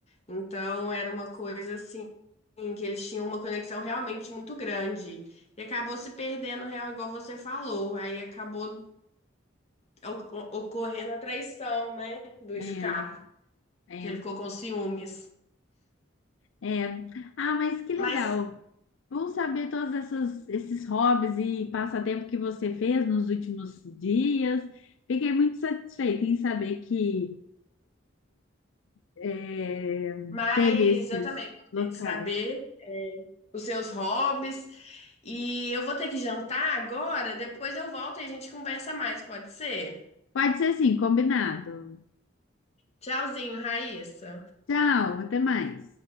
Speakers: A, on the left (about 35°); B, on the left (about 70°).
A: Então era uma coisa assim, que eles tinham uma conexão realmente muito grande. E acabou se perdendo, real, igual você falou. Aí acabou oc- ocorrendo a traição, né, do
B: é.
A: Scar,
B: é.
A: que ele ficou com ciúmes.
B: É. Ah, mas que legal.
A: Mas,
B: Bom saber todos essas- esses hobbies e passatempo que você fez nos últimos dias. Fiquei muito satisfeita em saber que é,
A: mas
B: teve esses
A: eu também gostei
B: locais.
A: de saber é, os seus hobbies e eu vou ter que jantar agora, depois eu volto e a gente conversa mais, pode ser?
B: Pode ser assim, combinado.
A: Tchauzinho, Raíssa.
B: Tchau, até mais.